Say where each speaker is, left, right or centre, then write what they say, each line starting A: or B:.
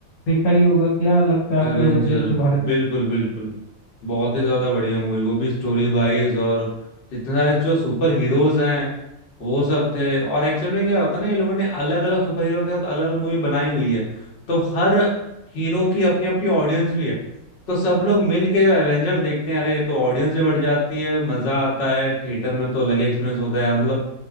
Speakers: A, on the left (about 75°); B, on the left (about 50°).
A: देखा ही होगा क्या लगता है आपको
B: एवेंजर
A: एवेंजर्स के बारे में
B: बिल्कुल बिल्कुल बहुत ही ज्यादा बढ़िया मूवी वो भी स्टोरी वाइज और जितने सारे जो सुपर हीरोज हैं वो सब थे और एक्चुअल में क्या होता है ना ये लोगों ने अलग अलग सुपर हीरो के साथ अलग अलग मूवी बनाई हुई है तो हर हीरो की अपनी अपनी ऑडियंस भी है तो सब लोग मिल के जब एवेंजर देखते हैं अरे तो ऑडियंस भी बढ़ जाती है मजा आता है थिएटर में तो अलग ही एक्सपीरियंस होता है यार मतलब